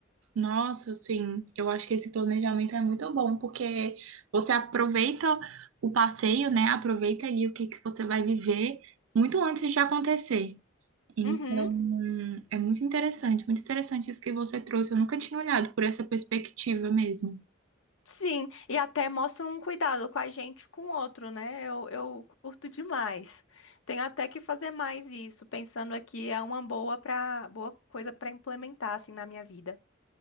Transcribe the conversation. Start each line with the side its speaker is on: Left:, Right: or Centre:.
Right: Nossa, assim, eu acho que esse planejamento é muito bom, porque você aproveita o passeio, né? Aproveita ali o que que você vai viver muito antes de acontecer. Então,
Left: Uhum,
Right: é muito interessante, muito interessante isso que você trouxe. Eu nunca tinha olhado por essa perspectiva mesmo.
Left: sim. E até mostra um cuidado com a gente, com o outro, né? Eu, eu curto demais. Tenho até que fazer mais isso, pensando aqui é uma boa para boa coisa para implementar assim na minha vida.